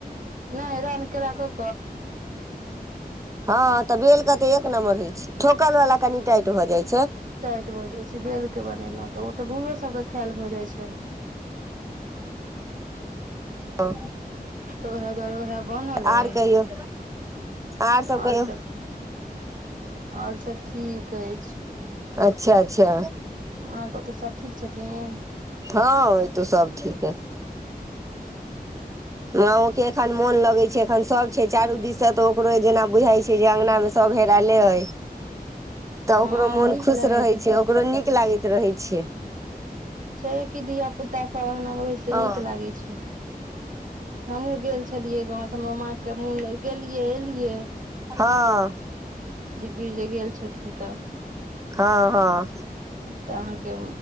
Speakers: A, on the right; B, on the right.
A: नहि एरा रन के ल क
B: हँ तऽ बेलकते एक नमंबर होइ छै ठोकल वा कनि टाइट हो जाइ छै
A: टाइट भऽ जाइत छै बेल के बनेलहुँ तऽ ओ तऽ बूढ़ो सभके ख्याल भऽ जाइत छनि
B: हँ
A: तऽ ओएह दुआरे ओएह बनल अछि
B: आर कहियौ आर सब
A: आओर
B: कहियौ
A: सभ ठीक आओर सभ ठीक अछि
B: अच्छा अच्छा
A: अहाँके तऽ सब ठीक छथिन
B: हँ ई तो सब ठीक हय म ओ के एखन मोन लगे छै एखन सब छै चारू दिस से तऽ ओकरो जेना बुझाई छै अंगगना मे सब हेरा ले हइ तऽ
A: हँ
B: ओकरो मोन
A: नीक
B: खुश
A: लागैत
B: रहै
A: हेतै
B: छै ओकरो नीक लागैत रहै छै
A: छै कि धिय पुता सब अगनामेढ़ै छै तऽ
B: हँ
A: नीक लागै छै हमूँ गेल छलियै गाँव तऽ हमर मा के मोन गेलियै एलियै
B: हँ
A: गिरजे गेल छलखिन तऽ
B: हँ हँ
A: तऽ अहाँके